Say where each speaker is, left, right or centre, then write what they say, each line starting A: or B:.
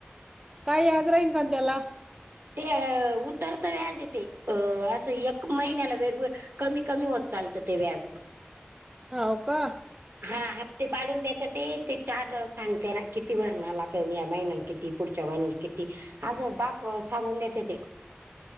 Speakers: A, on the right; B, on the right.
A: काय याद रानकतेला <unintelligible>
B: ते उतरत व्याज येते अ असं एक महिन्याला वेगवेगळ. कमी कमी होत चालतं ते व्याज.
A: हाव का.
B: हा हप्ते पाडून देत्याते ते ते चार सांगतेय ना किती भरणार ला महिन्याला किती. पुढच्या महिनत किती आज दा सांगून देते ते.